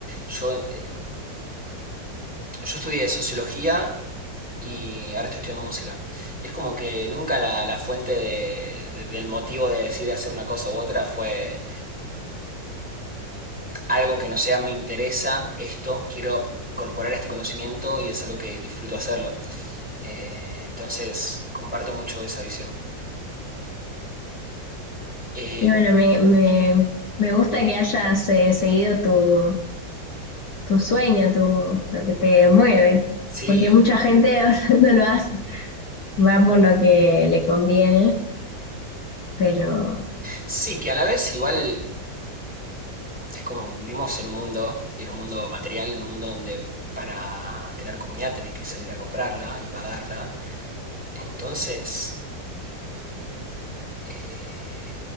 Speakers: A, in the centre; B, on the left (about 55°).
A: Yo, eh, yo estudié sociología y ahora estoy estudiando música. Y es como que nunca la, la fuente de- de- del motivo de decir hacer una cosa u otra fue algo que no sea me interesa esto, quiero incorporar este conocimiento y es algo que disfruto hacerlo. Eh, entonces, comparto mucho esa visión. Eh,
B: Y bueno, me, me, me gusta que hayas eh, seguido tu, tu sueño, tu, lo que te mueve,
A: sí,
B: porque mucha gente <laughs> no lo hace, va por lo que le conviene, pero
A: sí, que a la vez igual es como vivimos en un mundo, y en un mundo material, un mundo donde para tener comida tenés que salir a comprarla y pagarla. Entonces, eh,